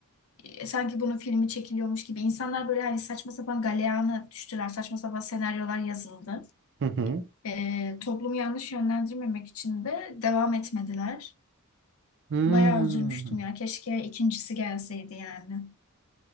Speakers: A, on the left (about 70°); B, on the right (about 55°).
A: e, sanki bunun filmi çekiliyormuş gibi insanlar böyle hani saçma sapan galeyana düştüler saçma sapan senaryolar yazıldı.
B: Hı hı.
A: E, toplumu yanlış yönlendirmemek için de devam etmediler.
B: Hmm.
A: Bayağı üzülmüştüm ya keşke ikincisi gelseydi yani.